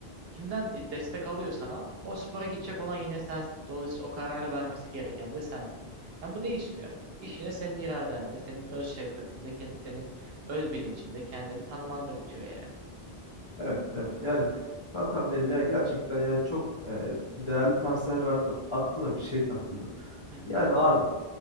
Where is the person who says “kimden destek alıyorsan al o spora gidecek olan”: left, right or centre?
Right